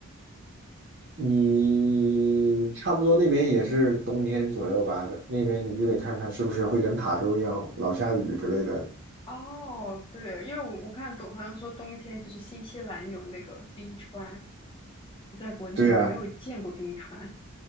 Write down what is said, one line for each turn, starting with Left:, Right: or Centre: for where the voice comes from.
Right: 你差不多那边也是冬天左右吧，那边你就得看看是不是会跟塔州一样老下雨之类的。
Left: 哦，对，因为我我看懂，好像说冬天就是新西兰有那个冰川，我在国内都没有见过冰川
Right: 对啊，